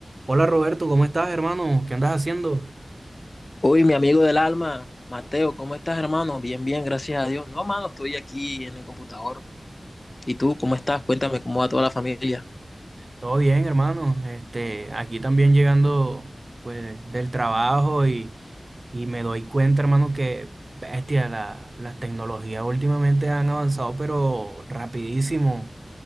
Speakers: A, on the right; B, on the left.
A: Hola Roberto, ¿cómo estás, hermano? ¿Qué andas haciendo?
B: Uy, mi amigo del alma, Mateo, ¿cómo estás, hermano? Bien, bien, gracias a Dios. No, hermano, estoy aquí en el computador. ¿Y tú, cómo estás? Cuéntame, ¿cómo va toda la familia?
A: Todo bien, hermano. Este, aquí también llegando pues del trabajo y, y me doy cuenta, hermano, que bestia, la- las tecnologías últimamente han avanzado, pero rapidísimo.